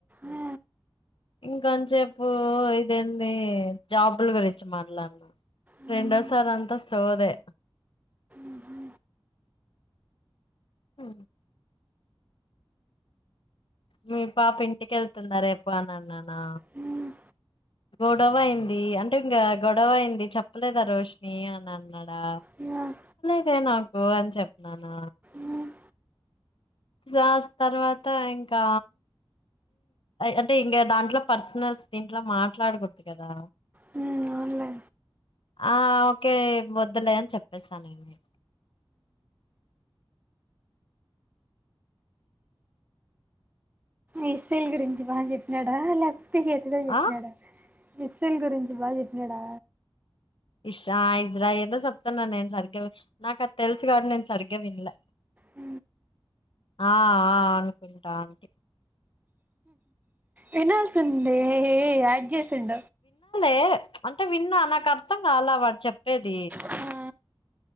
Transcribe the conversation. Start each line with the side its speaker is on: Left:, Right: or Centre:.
Right: ఆ.
Left: ఇంకంతసేపు ఇదేంది జాబులు గురించి మాట్లాన్నా
Right: మ్మ్.
Left: రెండోసార్ అంతా సోదే
Right: ఉహ
Left: హ మీ పాప ఇంటికెళ్తుందా రేపు అని అన్నానా
Right: మ్మ్.
Left: గొడవ అయింది అంటే ఇంకా గొడవ అయింది చెప్పలేదా రోషిని అని అన్నాడా
Right: న
Left: అదే నాకు అని చెప్పన్నానా
Right: మ్మ్.
Left: సాస్ తర్వాత ఇంకా అంటే ఇంకా దాంట్లో పర్సనల్స్ దీంట్లో మాట్లాడకూడదు కదా
Right: హ్మ్ అవునులే
Left: ఆ ఓకే వొద్దులే అని చెప్పేస్తానండి
Right: ఇశ్రైల్ గురించి బాగా చెప్పినాడా లేకపోతే చేతితో చెప్పినాడా
Left: ఆ
Right: ఇస్రైల్ గురించి బాగా చెప్పినాడా
Left: ఇషా ఇజ్రా ఏదో చెప్తున్నా నేను సరిగ్గా నాకు అది తెలుసు కాదు నేను సరిగ్గా వినలే
Right: ఉ
Left: ఆ అనుకుంటా అంట
Right: వినాల్స్ండే ఆడ్ చేసిండ
Left: అే అంటే విన్నా నాకు అర్థం కాల వాడు చెప్పేది
Right: ఆ